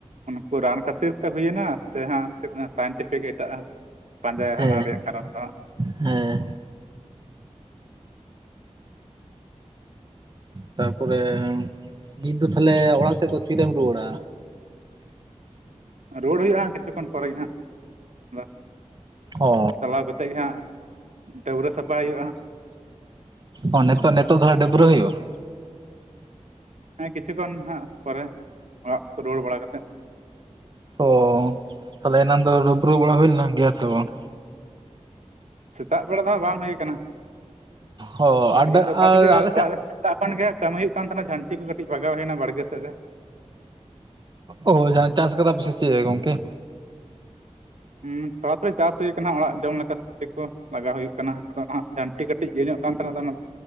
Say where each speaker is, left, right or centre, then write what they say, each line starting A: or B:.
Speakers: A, on the right; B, on the right.
A: ᱩᱱᱠᱩ ᱨᱟᱱ ᱠᱷᱟᱹᱛᱤᱨ ᱛᱮ ᱦᱩᱭ ᱮᱱᱟ ᱥᱮ ᱦᱟᱸᱜ ᱪᱮᱫ ᱥᱟᱭᱮᱱᱴᱤᱯᱷᱤᱠ ᱮᱴᱟᱜ ᱯᱟᱸᱡᱟᱭᱟ
B: ᱦᱮᱸ
A: ᱦᱚᱸ ᱚᱱᱟ ᱨᱮᱭᱟᱜ ᱠᱟᱨᱚᱱ ᱫᱚ ᱦᱟᱸᱜ
B: ᱦᱮᱸ ᱛᱟᱨᱯᱚᱨᱮᱻ ᱱᱤᱛ ᱫᱚ ᱛᱟᱞᱦᱮ ᱚᱲᱟᱜ ᱥᱮᱫ ᱫᱚ ᱛᱤᱨᱮᱢ ᱨᱩᱣᱟᱹᱲᱟ?
A: ᱨᱩᱣᱟᱹᱲ ᱦᱩᱭᱩᱜᱼᱟ ᱦᱟᱸᱜ ᱠᱤᱪᱷᱩ ᱠᱷᱚᱱ ᱯᱚᱨᱮ ᱜᱮ ᱦᱟᱸᱜ ᱟᱫᱚ
B: ᱚ
A: ᱪᱟᱞᱟᱣ ᱠᱟᱛᱮᱜ ᱜᱮ ᱦᱟᱸᱜ ᱰᱟᱹᱵᱽᱨᱟᱹ ᱥᱟᱯᱟ ᱦᱩᱭᱩᱜᱼᱟ।
B: ᱚ ᱱᱤᱛᱚᱜ ᱱᱤᱛᱚᱜ ᱫᱚ ᱰᱟᱹᱵᱽᱨᱟᱹ ᱦᱩᱭᱩᱜᱼᱟ
A: ᱦᱮᱸ ᱠᱤᱪᱷᱩ ᱠᱷᱚᱱ ᱦᱟᱸᱜ ᱯᱚᱨᱮ ᱚᱲᱟᱜ ᱠᱚ ᱨᱩᱣᱟᱹᱲ ᱵᱟᱲᱟ ᱠᱟᱛᱮᱜ
B: ᱚ ᱛᱟᱞᱦᱮ ᱮᱱᱟᱝ ᱫᱚ ᱰᱟᱹᱵᱽᱨᱟᱹ ᱵᱟᱲᱟ ᱦᱩᱭ ᱞᱮᱱ ᱜᱮᱭᱟ ᱥᱮ ᱵᱟᱝ?
A: ᱥᱮᱛᱟᱜ ᱵᱮᱲᱟ ᱫᱚ ᱦᱟᱸᱜ ᱵᱟᱝ ᱦᱩᱭ ᱟᱠᱟᱱᱟ
B: ᱚ ᱟᱨ
A: ᱛᱮᱦᱤᱧ ᱫᱚ ᱚᱠᱟ
B: ᱟᱨ
A: ᱛᱮᱜᱮ
B: ᱟᱞᱮ ᱥᱮᱫ
A: ᱚᱲᱟᱜ ᱨᱮ ᱥᱮᱛᱟᱜ ᱠᱷᱚᱱ ᱜᱮ ᱠᱟᱹᱢᱤ ᱦᱩᱭᱩᱜ ᱠᱟᱱ ᱛᱟᱦᱮᱱᱟ ᱡᱷᱟᱹᱱᱴᱤ ᱠᱚ ᱠᱟᱹᱴᱤᱡ ᱵᱟᱜᱟᱣ ᱦᱩᱭ ᱮᱱᱟ ᱵᱟᱲᱜᱮ ᱥᱮᱫ ᱨᱮ।
B: ᱚ ᱡᱟᱦᱟᱸ ᱪᱟᱥ ᱟᱠᱟᱫᱟ ᱯᱮ ᱥᱮ ᱪᱮᱫ ᱜᱚᱢᱠᱮ?
A: ᱦᱩᱸ ᱛᱷᱚᱲᱟ ᱛᱷᱚᱲᱤ ᱪᱟᱥ ᱦᱩᱭ ᱟᱠᱟᱱᱟ ᱚᱲᱟᱜ ᱡᱚᱢ ᱞᱮᱠᱟ ᱠᱚ ᱞᱟᱜᱟᱣ ᱦᱩᱭᱩᱜ ᱠᱟᱱᱟ ᱟᱫᱚ ᱱᱟᱜ ᱡᱷᱟᱹᱱᱴᱤ ᱠᱟᱴᱤᱡ ᱤᱭᱟᱹ ᱧᱚᱜ ᱠᱟᱱ ᱛᱟᱦᱮᱱᱟ ᱚᱱᱟ